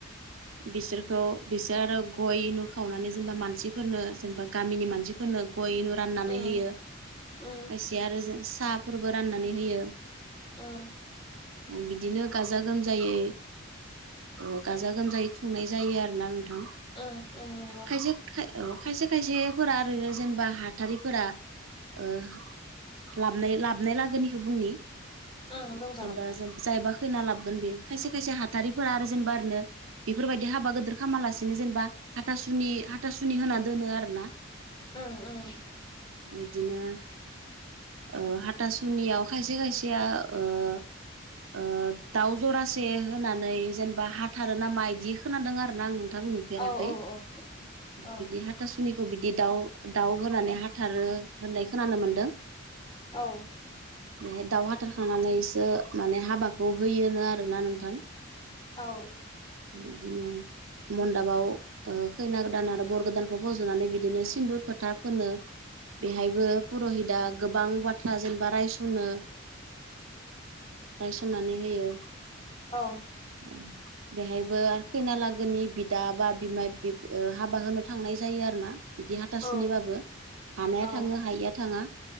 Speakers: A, on the right; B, on the left.
A: <inaudible> बिसोरखौ बिसा आरो गय उनु खावनानै जेनेबा मानसिफोरनो जेनेबा गामिनि मानसिफोरनो गय उनु राननानै
B: उम
A: होयो खायसे
B: उम
A: आरो साहफोरबो राननानै होयो
B: उम
A: ओ बिदिनो गाजा गोमजायै ओ गाजा गोमजायै खुंनाय जायो आरो ना नोंथां
B: उम उम
A: खायसे खाय औ खायसे खायसेफोरा ओरैनो जेनबा हाथारिफोरा ओह लाबनाय लाबनाय लागोनिखो बुंनि
B: उम बुंजागोन
A: जेनबा जों जायबा खैना लाबगोन बेयो खायसे खायसे हाथारिफोरा आरो जेनबा ओरैनो बेफोरबायदि हाबा गोदोर खामालासिनो जेनबा हाथासुनि हाथासुनि होनना दोनो आरो ना
B: उम उम
A: इदिनो ओ हाथासुनियाव खायसे खायसेया ओह ओ दाउ जरासे होनानै जेनबा हाथारो नामा इदि खोनादों आरो ना आं नोंथां फेराखै
B: औ औ औ
A: बिदि हाथ थासुनिखौ बिदि दाउ दाउ होनानै हाथारो होननाय खोनानो मोन्दों
B: औ
A: बेहाय दाउ हाथारखांनानैसो माने हाबाखौ होयोनो आरोना नोंथां
B: औ
A: इदिनो मन्दाबाव ओ खैना गोदान आरो बर गोदानखौ फज'नानै बिदिनो सिन्दुर फोथा फोनो बेहायबो पुरहिदा गोबां बाथ्रा जेनबा रायस खनो रायसननानै होयो
B: औ
A: <inaudible> बेहायबो आरो खैनालागोनि बिदा बा बिमाय बिब ओ हाबा होनो थांनाय जायो आरो ना बिदि हाथासुनिबाबो
B: औ
A: हानाया
B: औ
A: थाङो हायिया थाङा